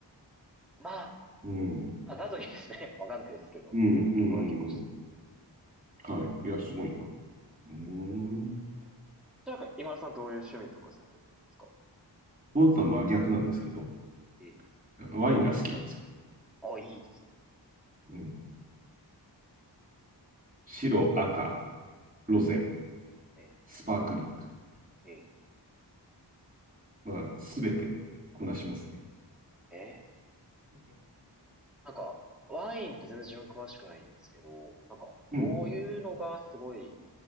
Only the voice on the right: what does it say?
うん。うん。
うん。うん。
うんはい。いや、すごいな。うーん。ス
ポーツは真逆なんですけど、
ワインが好きなんですよ。
うん。白、赤、ロゼ、
スパークリング。
まあ、すべてこなしますね。
うん。